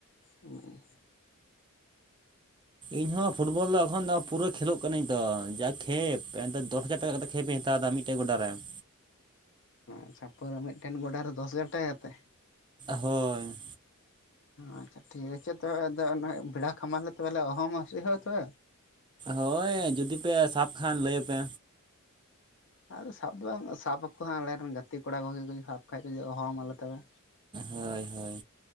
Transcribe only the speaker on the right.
ᱤᱧ ᱦᱚᱸ ᱯᱷᱩᱴᱵᱚᱞ ᱫᱚ ᱮᱠᱷᱚᱱ ᱫᱚ ᱯᱩᱨᱟᱹ ᱠᱷᱮᱞᱳᱜ ᱠᱟᱹᱱᱟᱧ ᱛᱚ ᱡᱟ ᱠᱷᱮᱯ ᱮᱱ ᱫᱚᱥ ᱦᱟᱡᱟᱨ ᱴᱟᱠᱟ ᱠᱟᱛᱮᱫ ᱠᱷᱮᱯ ᱤᱧ ᱦᱟᱛᱟᱣ ᱮᱟ ᱢᱤᱫᱴᱮᱱ ᱟᱴ ᱜᱚᱰᱟ ᱨᱮ <inaudible>
ᱦᱳᱭ
ᱦᱳᱭ ᱡᱩᱫᱤ ᱯᱮ ᱥᱟᱵ ᱠᱷᱟᱱ ᱞᱟᱹᱭᱟᱯᱮ
ᱦᱳᱭ ᱦᱳᱭ